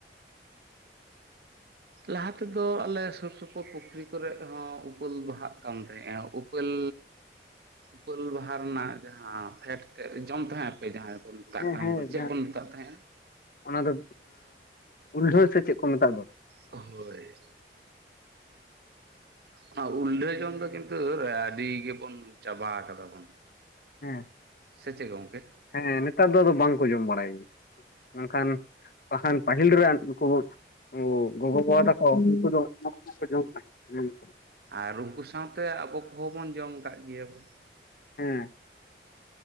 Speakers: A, on the left; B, on the right.
A: <inaudible>
B: ᱞᱟᱦᱟ ᱛᱮᱫᱚ ᱟᱞᱮ ᱥᱩᱨ ᱥᱩᱯᱩᱨ ᱯᱩᱠᱷᱨᱤ ᱠᱚᱨᱮᱫ ᱦᱚᱸ ᱩᱯᱟᱹᱞ ᱵᱟᱦᱟᱜ ᱠᱟᱱ ᱛᱟᱦᱮᱸᱼᱟ ᱩᱯᱟᱹᱞ ᱩᱯᱟᱹᱞ ᱵᱟᱦᱟ ᱨᱮᱱᱟᱜ ᱡᱟᱦᱟᱸ ᱯᱷᱮᱰ ᱛᱮᱜ ᱡᱚᱢ ᱛᱟᱦᱮᱸ ᱟᱯᱮ ᱡᱟᱦᱟᱸ ᱢᱮᱛᱟᱜ
A: ᱦᱮᱸ
B: ᱠᱟᱱ
A: ᱦᱮᱸ
B: ᱫᱚ ᱪᱮᱫ
A: ᱡᱟᱦᱟᱸ
B: ᱵᱚᱱ ᱢᱮᱛᱟᱜ ᱛᱟᱦᱮᱸᱜᱼᱟ?
A: ᱚᱱᱟ ᱫᱚ ᱩᱞᱰᱷᱟᱹ ᱥᱮ ᱪᱮᱫ ᱠᱚ ᱢᱮᱛᱟᱜ ᱫᱚ᱾
B: ᱦᱳᱭ᱾ ᱚᱱᱟ ᱩᱞᱰᱷᱟᱹ ᱡᱚᱱ ᱫᱚ ᱠᱤᱱᱛᱩ ᱟᱹᱰᱤ ᱜᱮᱵᱚᱱ ᱪᱟᱵᱟ ᱠᱟᱫᱟ ᱵᱚᱱ
A: ᱦᱮᱸ
B: ᱥᱮ ᱪᱮᱫ ᱜᱚᱝᱠᱮ?
A: ᱦᱮᱸ ᱱᱮᱛᱟᱨ ᱫᱚ ᱟᱫᱚ ᱵᱟᱝ ᱠᱚ ᱡᱚᱢ ᱵᱟᱲᱟᱭᱟ ᱢᱮᱱᱠᱷᱟᱱ ᱵᱟᱠᱷᱟᱱ ᱯᱟᱹᱦᱤᱞ ᱨᱮᱱ ᱱᱩᱠᱩ ᱵ ᱜᱚᱜ ᱵᱟᱵᱟ ᱛᱟᱠᱚ ᱩᱱ <unintelligible>
B: ᱟᱨ ᱩᱱᱠᱩ ᱥᱟᱶᱛᱮ ᱟᱵᱚ ᱠᱚᱦᱚᱸ ᱵᱚᱱ ᱡᱚᱢ ᱠᱟᱜ ᱜᱮᱭᱟᱵᱚᱱ᱾
A: ᱦᱮᱸ